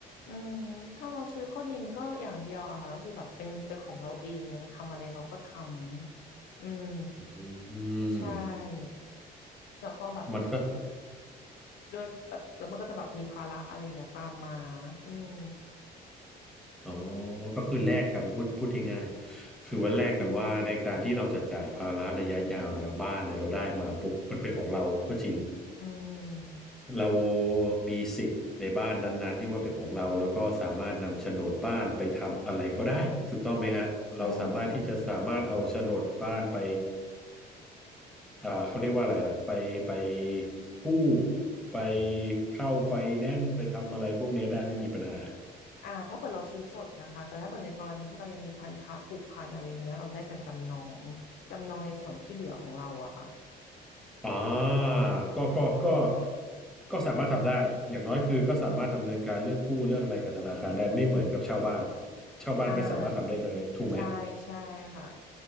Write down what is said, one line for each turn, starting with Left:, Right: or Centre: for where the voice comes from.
Left: อืมถ้าเราซื้อข้อดีมันก็อย่างเดียวอะค่ะก็คือแบบเป็นเป็นของเราเองอยากจะทำอะไรเราก็ทำอืม
Centre: อืม
Left: ใช่แล้วก็แบบ
Centre: มันก็
Left: ด้วยแบบแล้วมันก็จะแบบมีภาระอะไรอย่างเงี้ยตามมา อืม
Centre: อ๋อก็คือแลกกันพูดพูดง่ายๆคือว่าแลกกันว่าในการที่เราจะจ่ายภาระระยะยาวเนี่ยบ้านเนี่ยเราได้มาปุ๊บมันเป็นของเราก็จริง
Left: ใช่ อืม
Centre: เรามีสิทธิ์ในบ้านนั้นๆที่ว่าเป็นของเราแล้วก็สามารถนำโฉนดบ้านไปทำอะไรก็ได้ถูกต้องไหมฮะเราสามารถที่จะสามารถเอาโฉนดบ้านไป
Left: อืม
Centre: อ่าเขาเรียกว่าอะไรอ่ะไปไปกู้ไปเข้าไฟแนนซ์ไปทำอะไรพวกเนี้ยได้ไม่มีปัญหา
Left: อ่าถ้าเกิดเราซื้อสดนะคะ แต่ถ้าเกิดในกรณีที่เรายังมีพันธะผูกพันอะไรเงี้ยเราได้แต่จำนอง จำนองในส่วนที่เหลือของเราอะค่ะ
Centre: อ่าก็ก็ก็ก็สามารถทำได้อย่างน้อยคือก็สามารถดำเนินการเรื่องกู้เรื่องอะไรกับธนาคารได้ไม่เหมือนกับเช่าบ้านเช่าบ้านไม่สามารถทำได้เลยถูกไหม
Left: อ่าใช่ ใช่ค่ะ